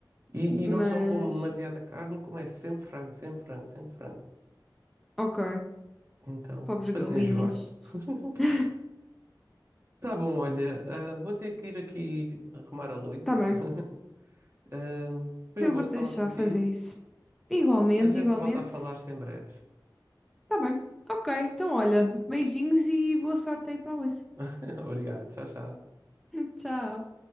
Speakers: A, on the right (about 40°); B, in the centre.
A: E,
B: Mas,
A: e não só como demasiada carne, como é sempre frango, sempre frango, sempre frango.
B: ok.
A: Então,
B: Pobres
A: para
B: galinhas.
A: desenjoar. <laughs>
B: <laughs>
A: Tá bom, olha, ah, vou ter que ir aqui arrumar a louça.
B: Tá bem.
A: <laughs> Ah, foi
B: Então
A: um
B: eu
A: gosto
B: vou-te deixar
A: falar contigo.
B: fazer isso. Igualmente,
A: A gente
B: igualmente.
A: volta a falar-se em breve.
B: Tá bem. Ok, então olha, beijinhos e boa sorte aí para a Luísa.
A: <laughs> Obrigado, tchau, tchau.
B: <laughs> Tchau.